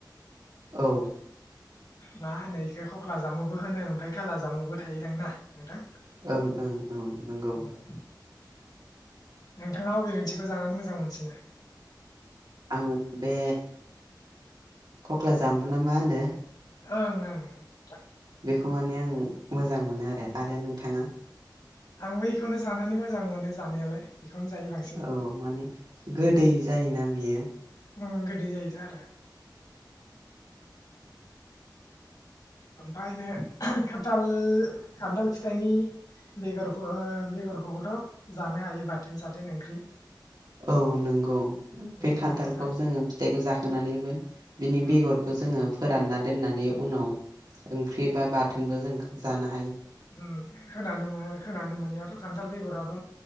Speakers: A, on the right; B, on the left.
A: औ।
B: मा होनो इखौ खख्ला जामुबो होनो ओमफाय खाला जामुबो थायोदां ना नोंथां?
A: ओं ओं औ नंगौ।
B: उम नोंथाङा अबे मोनसेखौ जानानै मोजां मोनसिनो?
A: आङो बे खख्ला जामबुना मा होनो?
B: ओं ओं <unintelligible>
A: बेखौ माने आं मोजां मोनो आरो। आरो नोंथाङा?
B: आंबो इखौनो जानानै मोजां मोनो जानायालाय। बेखौनो जायो बांसिन
A: औ माने गोदै जायोना बियो।
B: ओं गोदै जायोथ' आरो। ओमफाय नो खान्थाल खान्थाल फिथाइनि बेगरफो ओ बेगरखौबोथ' जानो हायो बाथोन साथोन ओंख्रि।
A: औ नंगौ।
B: उम
A: बे खान्थालखौ
B: ओमफ्राय
A: जोङो फिथाइखौ जा नानैबो बिनि
B: उम
A: बेगरखौ जोङो फोरानना दोननानै उनाव ओंख्रि बा बाथोनबो जों जाना
B: उम खानानो मो खोनानो मोननायावथ' खान्थाल बेगरा बो